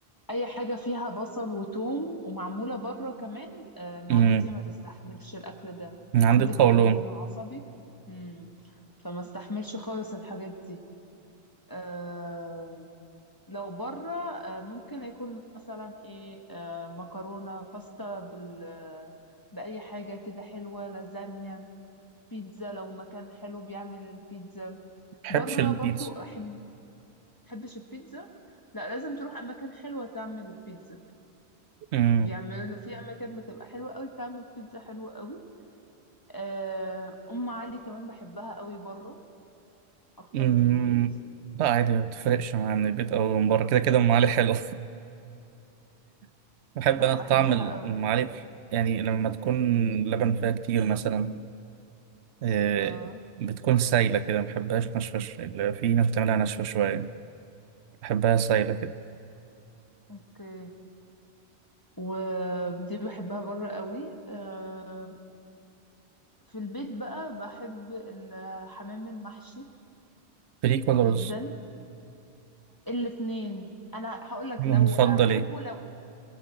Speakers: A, on the left (about 20°); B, on the right (about 80°).
A: اي حاجة فيها بصل وتوم ومعمولة بره كمان آه معدتي
B: مم.
A: ما تستحملش الاكل ده
B: من عندي
A: عندي
B: قولون
A: قولون عصبي امم فما استحملش خالص الحاجات دي آه. لو بره آه، ممكن يكون مثلا ايه آه، مكرونة باستا بال آه، بأي حاجة كده حلوة لازانيا بيتزا لو مكان حلو بيعمل البيتزا
B: مبحبش
A: بره
B: البيتزا
A: برضو أحب تحبش البيتزا لا لازم تروح أماكن حلوة تعمل البيتزا
B: مم.
A: بيعملوا في أماكن بتبقى حلوة قوي تعمل بيتزا حلوة قوي آه، أم علي كمان بحبها قوي بره أكتر
B: مم.
A: من البيت
B: لا عادي ما بتفرقش مع من البيت أو من بره كده كده أم علي حلو <laughs> بحب
A: لا
B: أنا
A: بحبها
B: طعم الأم
A: قوي
B: علي يعني لما تكون لبن فيها كتير مثلا آه،
A: اه
B: بتكون سايلة كده ما بحبهاش ناشفة اللي في ناس بتعملها ناشفة شوية بحبها سايلة كده
A: اوكي ودي بحبها بره قوي آه، في البيت بقى بحب الحمام المحشي
B: فريك ولا رز؟
A: جدا الاتنين انا هقول لك
B: نفضل
A: لو آه، بحبه
B: إيه؟
A: لو